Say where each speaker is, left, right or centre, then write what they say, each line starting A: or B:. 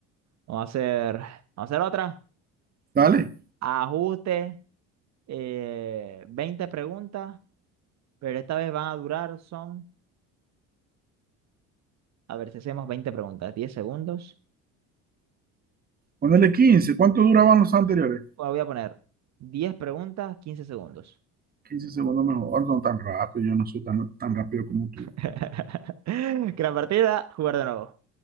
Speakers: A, on the right (about 50°); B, on the right (about 25°).
A: Vamos a hacer, vamos a hacer otra.
B: Dale.
A: Ajuste, eh, 20 preguntas, pero esta vez van a durar, son... A ver si hacemos 20 preguntas, 10 segundos.
B: Ponele 15. ¿Cuánto duraban los anteriores?
A: Bueno, voy a poner 10 preguntas, 15 segundos.
B: 15 segundos mejor. No tan rápido, yo no soy tan, tan rápido como tú.
A: <laughs> Gran partida, jugar de nuevo.